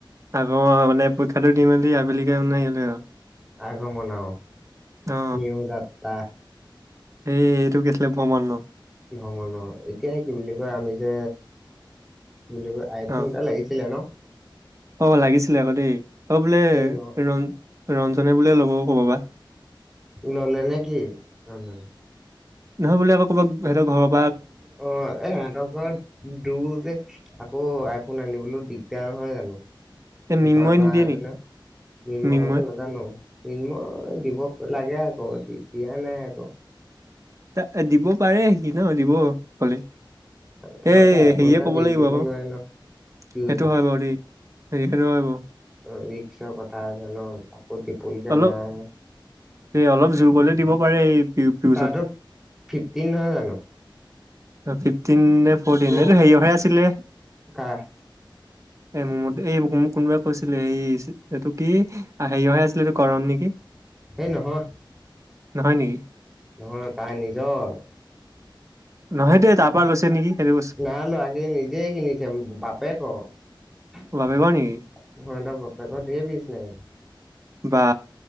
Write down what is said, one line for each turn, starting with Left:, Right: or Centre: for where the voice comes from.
Right: আগ মানে পৰীক্ষাটো দি মেলি আবেলিকে <unintelligible>
Centre: আগমনও
Right: অ
Centre: নিউ যাত্ৰা
Right: এই এইটো গেছিলে ভ্ৰমণন
Centre: ভ্ৰমণৰ এতিয়াই কি বুলি কয় আমি যে বুলি কয় আইফোন
Right: অ
Centre: এটা লাগিছিলে ন
Right: অ লাগিছিলে আকৌ দেই আ বোলে
Centre: এ ন
Right: ৰ ৰঞ্জনে বুললে ল'বও ক'ব বা
Centre: ল'লে নে কি ৰন্ধনে
Right: নহয় বলে আকৌ কৰবাত সিহঁতৰ ঘৰ
Centre: অ এ সিহঁতৰ ঘৰত দূৰ যে আকৌ আইফোন আনিবলৈ দিগদাৰ নহয় জানো
Right: এ
Centre: ওচৰত
Right: মিন্ময়ে
Centre: হোৱা
Right: নিদিয়ে
Centre: নতেনো
Right: নেকি
Centre: মিমৰ
Right: মিন্ময়
Centre: কথা নাজানো মৃন্ময় দিব লাগে আৰু অ দিতিয় নাই আকৌ
Right: ত দিব পাৰে কি ন দিব কলে। এ
Centre: ফটককে
Right: হেৰিয়ে
Centre: আইফোন এটা
Right: কব
Centre: দি
Right: লাগিব
Centre: দিব
Right: আকৌ
Centre: নোৱাৰে ন কি
Right: সেইটো
Centre: হৈ
Right: হয় বাৰু দেই। সেনেখেতো হয় বাৰু
Centre: ত ৰিক্সৰ কথা জানো তাকো ত্ৰিপুল কেমেৰা।
Right: অলপ অলপ জোৰ কৰিলে দিব পাৰে এই বিছতে
Centre: তাৰতো ফিফটিন নহয় জানো
Right: ফিফটিন নে ফৰটিন
Centre: প্ৰ'
Right: এইটো হেৰিহে আছিলে। এই
Centre: কাৰ
Right: মোৰ এই মোক কোনোবাই কৈছিলে হেৰি এইটো কি হেৰিয়হে আছিলে এইটো কৰণ নেকি?
Centre: সেই নহয়।
Right: নহয় নেকি?
Centre: নহয় তাৰ নিজৰ।
Right: নহয় দেই তাৰ পৰা লৈছে নেকি? সেইটো বস্তু
Centre: নাই লৰাখিন নিজেই কিনিছে বাপে ক সহতৰ
Right: বাপেকৰ নেকি
Centre: বাপেকৰ ধৰ বিছনেছ।
Right: বা